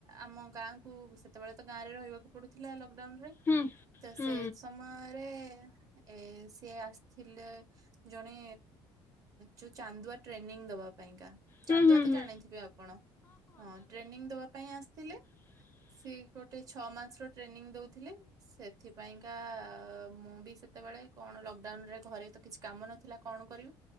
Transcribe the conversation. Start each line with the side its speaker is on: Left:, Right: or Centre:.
Right: ଆମ ଗାଁକୁ ସେତେବେଳେ ତ ଗାଁରେ ରହିବାକୁ ପଡୁ ଥିଲା। ଲଡାଉନରେ
Left: ହୁଁ
Right: ତ
Left: ହୁଁ
Right: ସେଇ ସମୟରେ ଏ ସି ଆସିଥିଲେ ଜଣେ ଯୋଉ ଚାନ୍ଦୁଆ ଟ୍ରେନିଂ ଦବା
Left: ହୁଁ
Right: ଚାନ୍ଦୁଆ
Left: ହୁଁ
Right: ତ
Left: ହୁଁ
Right: ଜାଣିଥିବେ ଆପଣ ହଁ ଟ୍ରେନିଂ ଦବା ପାଇଁ ଆସିଥିଲେ।
Left: <inaudible>
Right: ସିଏ ଗୋଟେ ଛଅ ମାସର ଟ୍ରେନିଂ ଦେଉଥିଲେ ସେଥିପାଇଁକା ମୁଁ ବି ସେ ସେତେବେଳେ କଣ ଲକଡାଉନ ରେ ଘରେ ତ କିଛି କାମ ନଥିଲା କଣ କରିବ